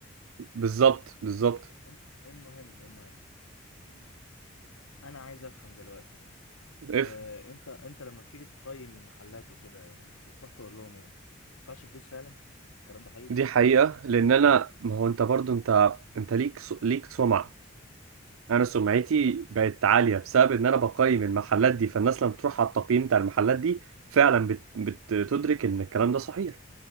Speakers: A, on the right; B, on the left.
A: بالظبط بالظبط
B: الم- المهم المهم انا عايز افهم دلوقتي
A: اف
B: آه، انت انت لما بتيجي تقيم المحلات وكده يعني بتروح تقول لهم ايه ما بتدفعش فلوس فعلا الكلام ده حقيقي
A: دي حقيقة لأن أنا ما هو أنت برضو أنت أنت ليك س- ليك سمعة أنا سمعتي
B: شبه.
A: بقت عالية بسبب إن أنا بقيم المحلات دي فالناس لما تروح على التقييم بتاع المحلات دي فعلا بت... بتدرك إن الكلام ده صحيح